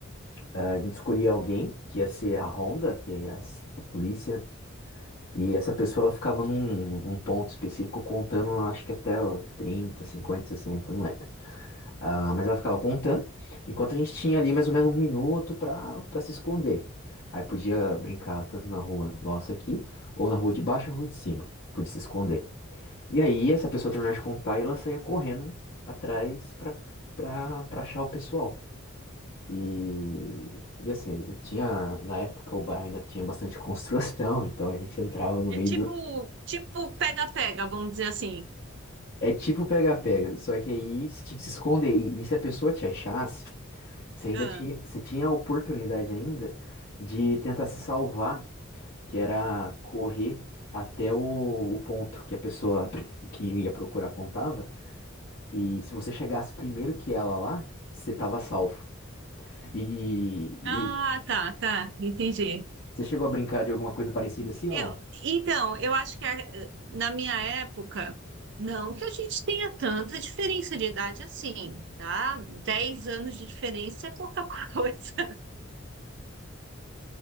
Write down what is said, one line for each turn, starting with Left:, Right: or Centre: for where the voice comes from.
Left: Ah, A gente escolhia alguém que ia ser a ronda, que é as- a polícia, e essa pessoa ela ficava num, num ponto específico contando, acho que até ó, 30, 50, 60, não lembro. Ah, mas ela ficava contando, enquanto a gente tinha ali mais ou menos um minuto para para se esconder. Aí podia brincar tanto na rua nossa aqui, ou na rua de baixo ou na rua de cima, podia se esconder. E aí essa pessoa terminava de contar e ela saía correndo atrás para para achar o pessoal. E, e assim, tinha, na época o bairro ainda tinha bastante <laughs> construção, então a gente entrava no
Right: É
Left: meio
Right: tipo,
Left: do.
Right: tipo pega-pega, vamos dizer assim.
Left: É tipo pega-pega, só que aí você tinha que se esconder. E, e se a pessoa te achasse, você ainda
Right: Ah,
Left: tinha, você tinha a oportunidade ainda de tentar se salvar, que era correr até o, o ponto que a pessoa <laughs> que ia procurar contava. E se você chegasse primeiro que ela lá, você tava salvo. E,
Right: ah,
Left: e e
Right: tá, tá, entendi.
Left: você chegou a brincar de alguma coisa parecida assim, ou
Right: Eu, então, eu acho que a- na minha época, não que a gente tenha tanta diferença de idade assim, tá? Dez anos de diferença é pouca <laughs> coisa.